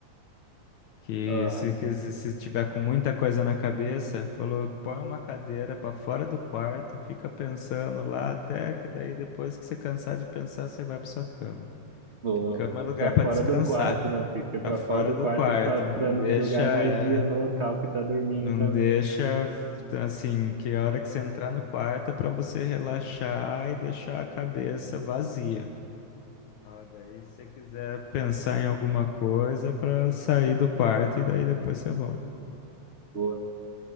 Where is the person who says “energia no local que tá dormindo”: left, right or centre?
Right